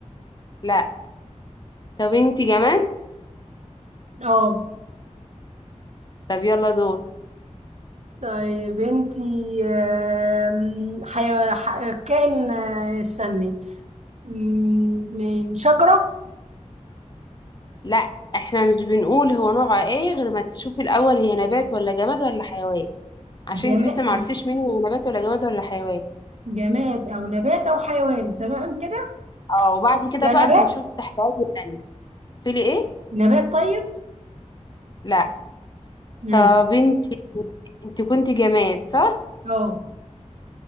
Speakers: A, on the left (about 35°); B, on the right (about 65°).
A: لا طب انت جماد
B: اه
A: طب يلا دور
B: طيب انتي آم، حيو... ح... كائن آه، استني مم، من شجرة
A: لا احنا مش بنقول هو نوعه ايه غير ما تشوفي الاول هي نبات ولا جماد ولا حيوان عشان
B: جماد
A: انت لسه معرفتيش مني هو نبات ولا جماد ولا حيوان
B: جماد او نبات او حيوان تمام كده
A: اه وبعد كده
B: يبقى
A: بقى
B: نبات
A: بنشوف تحت اي تانية تقولي ايه
B: نبات طيب
A: لا
B: امم
A: طب انت انت كنت جماد صح
B: اه